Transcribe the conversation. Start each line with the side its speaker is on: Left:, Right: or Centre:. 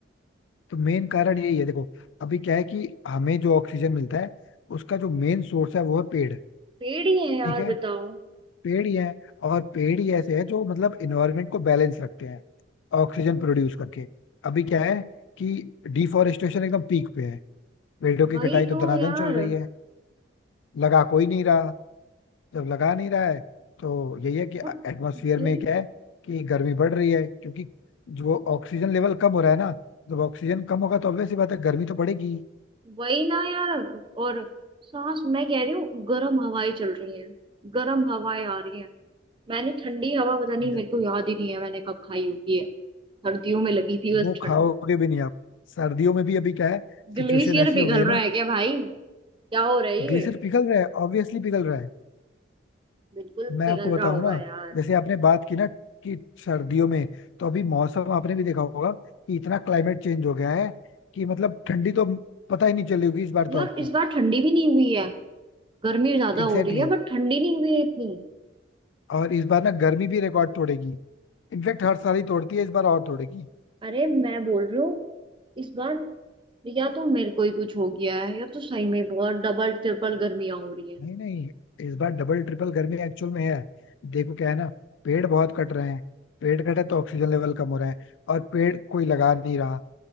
Left: तो मेन कारण यही है देखो अभी क्या है कि हमें जो ऑक्सीजन मिलता है उसका जो मेन सोर्स है वो है पेड़
Right: पेड़ ही है यार
Left: ठीक है
Right: बताओ
Left: पेड़ ही है और पेड़ ही ऐसे है जो मतलब इन्वायरमेंट को बैलेंस रखते हैं ऑक्सीजन प्रोड्यूस करके अभी क्या है कि डिफॉरेस्टेशन एकदम पीक पे है पेड़ों की
Right: वही
Left: कटाई तो
Right: तो
Left: दनादन
Right: यार
Left: चल रही है लगा कोई नहीं रहा जब लगा नहीं रहा है तो यही है कि
Right: और
Left: एटमॉस्फेयर
Right: भाई
Left: में क्या है कि गर्मी बढ़ रही है क्योंकि जो ऑक्सीजन लेवल कम हो रहा है ना जब ऑक्सीजन कम होगा तो ऑब्वियस सी बात है गर्मी तो बढ़ेगी
Right: वही ना यार और सांस मैं कह रही हूँ गर्म हवाएं चल रही हैं गर्म हवाएं आ रही हैं मैंने ठंडी हवा पता नहीं
Left: ज-
Right: मेरे को याद ही नहीं है मैंने कब खाई होगी है सर्दियों में लगी थी
Left: वो
Right: बस ठंड
Left: खाओगे भी नहीं आप सर्दियों में भी अभी क्या है
Right: ग्लेशियर
Left: सिचुएशन ऐसी
Right: पिघल
Left: हो गई है ना
Right: रहा है क्या भाई क्या हो रहा है ये
Left: ग्लेशियर पिघल रहा है ऑब्वियसली पिघल रहा है
Right: बिल्कुल
Left: मैं
Right: पिघल
Left: आपको बताऊं
Right: रहा होगा
Left: ना
Right: यार
Left: जैसे आपने बात की ना कि सर्दियों में तो अभी मौसम आपने भी देखा होगा कि इतना क्लाइमेट चेंज हो गया है कि मतलब ठंडी तो पता ही नहीं चली होगी इस बार तो
Right: यार
Left: आपको
Right: इस बार ठंडी भी नहीं हुई है गर्मी ज्यादा
Left: Exactly
Right: हो रही है
Left: exactly.
Right: बट ठंडी नहीं हुई है इतनी
Left: और इस बार ना गर्मी भी रिकॉर्ड तोड़ेगी इनफेक्ट हर साल ही तोड़ती है इस बार और तोड़ेगी
Right: अरे मैं बोल रही हूँ इस बार या तो मेरे को ही कुछ हो गया है या तो सही में बहुत डबल ट्रिपल गर्मियां हो रही है
Left: नहीं नहीं इस बार डबल ट्रिपल गर्मी एक्चुअल में है देखो क्या है ना पेड़ बहुत कट रहे हैं पेड़ कटे तो ऑक्सीजन लेवल कम हो रहा है और पेड़ कोई लगा नहीं रहा